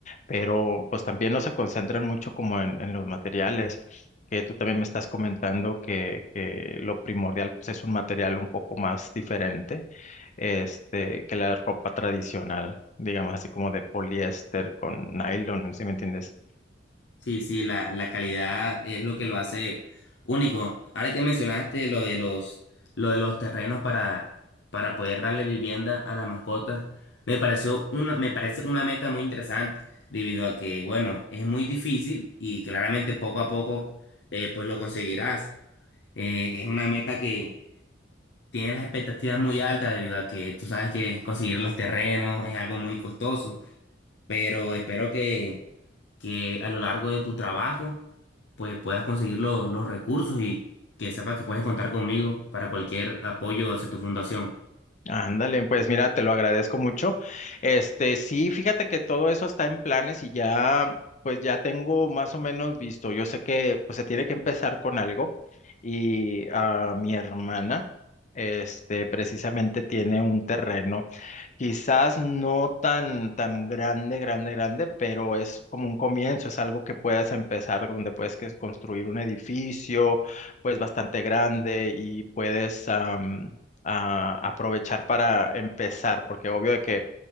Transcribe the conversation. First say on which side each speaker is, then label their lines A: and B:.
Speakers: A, on the left (about 40°); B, on the left (about 70°).
A: pero pues también no se concentran mucho como en, en los materiales. que tú también me estás comentando que, que lo primordial pues, es un material un poco más diferente este, que la ropa tradicional, digamos así como de poliéster con nylon, ¿sí me entiendes?
B: Sí, sí, la, la calidad es lo que lo hace único. Ahora que mencionaste lo de los, lo de los terrenos para, para poder darle vivienda a las mascotas, me pareció una, me parece una meta muy interesante, debido a que, bueno, es muy difícil y claramente poco a poco eh, pues lo conseguirás. Eh, es una meta que tiene las expectativas muy altas, debido a que tú sabes que conseguir los terrenos es algo muy costoso, pero espero que que a lo largo de tu trabajo, pues puedas conseguir lo- los recursos y que sepas que puedes contar conmigo para cualquier apoyo hacia tu fundación. <laughs>
A: Ándale, pues mira, te lo agradezco mucho. Este, sí, fíjate que todo eso está en planes y ya, pues ya tengo más o menos visto. Yo sé que pues se tiene que empezar con algo y a mi hermana, este, precisamente tiene un terreno Quizás no tan, tan grande, grande, grande, pero es como un comienzo, es algo que puedes empezar, donde puedes que- construir un edificio, pues bastante grande y puedes am, a- aprovechar para empezar, porque obvio de que